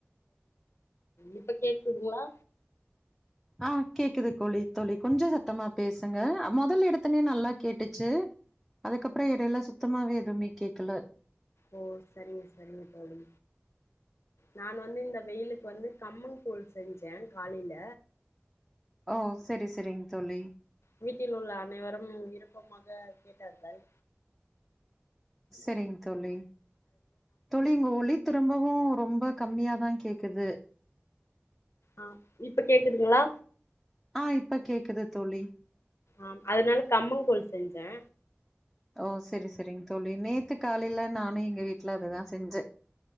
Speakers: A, on the left (about 85°); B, in the centre.
A: இப்ப கேக்குதுங்ளா
B: அ கேக்குது கோழி தோழி கொஞ்ச சத்தமா பேசுங்க மொதல் எடத்தன்னே நல்லா கேட்டுச்சு அதுக்கப்றோ எடையில சுத்தமாவே எதுவுமே கேக்கல
A: ஓ செரிங்க செரிங்க தோழி நான் வந்து இந்த வெயிலுக்கு வந்து கம்மன் கூழ் செஞ்சே காலைல
B: ஓ செரி செரிங்க தோழி
A: வீட்டில் உள்ள அனைவரும் விருப்பமாக கேட்டார்கள்
B: செரிங் தோழி தோழி உங்க ஒலி திரும்பவு ரொம்ப கம்மியாதா கேக்குது
A: அ இப்ப கேக்குதுங்ளா
B: அ இப்ப கேக்குது தோழி
A: ஆம் அதனால் கம்மங்கூழ் செஞ்சே
B: ஓ செரி செரிங் தோழி நேத்து காலைல நானு எங்க வீட்ல அதுதா செஞ்சே